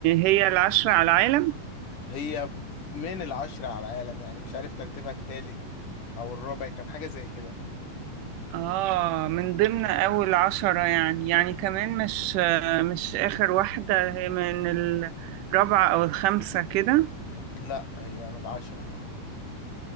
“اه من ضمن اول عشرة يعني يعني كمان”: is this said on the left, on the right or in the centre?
Right